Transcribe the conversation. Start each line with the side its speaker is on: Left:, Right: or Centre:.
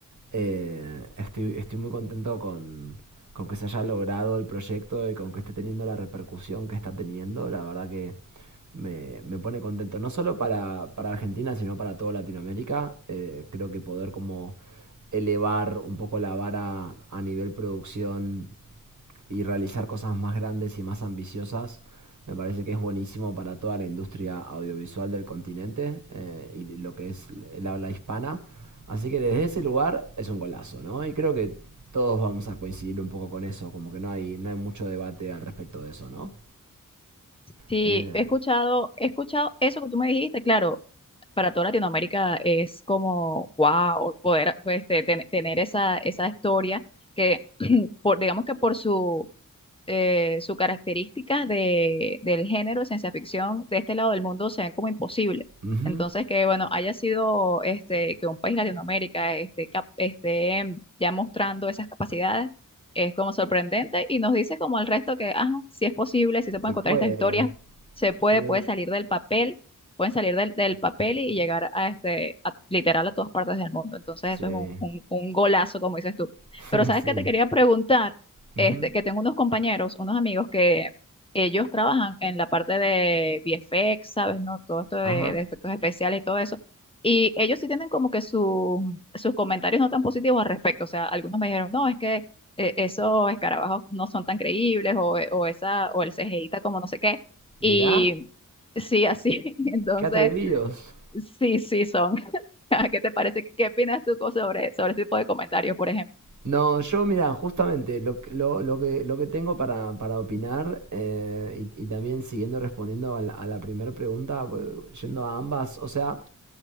Right: Eh, estoy, estoy muy contento con, con que se haya logrado el proyecto y con que esté teniendo la repercusión que está teniendo. La verdad que me, me pone contento, no solo para, para Argentina, sino para toda Latinoamérica. Eh, creo que poder como elevar un poco la vara a nivel producción y realizar cosas más grandes y más ambiciosas, me parece que es buenísimo para toda la industria audiovisual del continente eh, y lo que es el habla hispana. Así que desde ese lugar es un golazo, ¿no? Y creo que todos vamos a coincidir un poco con eso, como que no hay, no hay mucho debate al respecto de eso, ¿no?
Left: Sí,
Right: Eh,
Left: he escuchado, he escuchado eso que tú me dijiste, claro, para toda Latinoamérica es como, wow, poder pues, este, ten- tener esa, esa historia que, por, digamos que por su eh, sus características de, del género de ciencia ficción de este lado del mundo se ven como imposible.
Right: ujú.
Left: Entonces, que bueno, haya sido este, que un país Latinoamérica este, cap- esté em, ya mostrando esas capacidades es como sorprendente y nos dice como al resto que, ajá, sí es posible, sí se pueden
Right: Se
Left: encontrar
Right: puede.
Left: estas historias, se puede,
Right: Sí,
Left: puede salir del papel, pueden salir del, del papel y llegar a este, a- literal a todas partes del mundo. Entonces,
Right: sí,
Left: eso es un, un un golazo, como dices tú.
Right: <laughs>
Left: Pero, ¿sabes qué te quería
Right: sí.
Left: preguntar?
Right: Ujú.
Left: este, que tengo unos compañeros, unos amigos que ellos trabajan en la parte de VFX, ¿sabes? ¿No? Todo esto de,
Right: Ajá.
Left: de efectos especiales y todo eso. Y ellos sí tienen como que su- sus comentarios no tan positivos al respecto. O sea, algunos me dijeron, no, es que eh, esos escarabajos no son tan creíbles o, eh, o esa, o el CGI está como no sé qué.
Right: Mirá.
Left: Y sí, así. <laughs> Entonces,
Right: Qué atrevidos.
Left: sí, sí son. <laughs> ¿Qué te parece? ¿Qué opinas tú co- sobre, sobre ese tipo de comentarios, por ejemplo?
Right: No, yo mira, justamente lo, que- lo, lo que, lo que tengo para, para opinar eh, y, y también siguiendo respondiendo a la, a la primera pregunta, eh, yendo a ambas, o sea,